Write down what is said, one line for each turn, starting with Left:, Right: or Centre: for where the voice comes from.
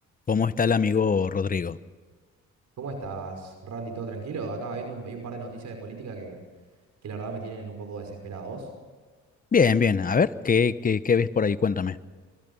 Left: ¿Cómo está el amigo Rodrigo?
Right: ¿Cómo estás, Randy? ¿Todo tranquilo? Acá viendo un, hay un par de noticias de política que, que la verdad me tienen un poco desesperados.
Left: Bien, bien. A ver, ¿qué, qué, qué ves por ahí? Cuéntame.